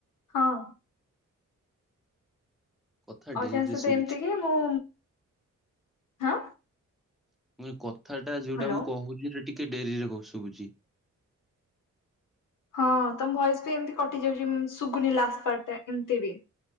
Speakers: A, on the left (about 80°); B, in the centre.
A: ହଁ
B: କଥା
A: ଅଜାଙ୍କ
B: ଡେରିରେ
A: ସହିତ
B: ଶୁଭୁଛି
A: ଏମିତି କି ମୁଁ ହଁ
B: ମାନେ କଥାଟା ଯୋଉଟା
A: ହ୍ୟାଲୋ
B: ମୁଁ କହୁଛି ସେଟା ଟିକେ ଡେରିରେ କ ଶୁଭୁଚି
A: ହଁ ତମ ଭଏସ ବି ଏମିତି କଟି ଯାଉଛି ଶୁଗୁନି ଲାଷ୍ଟ ଫାର୍ଟଟା ଏମିତି ବି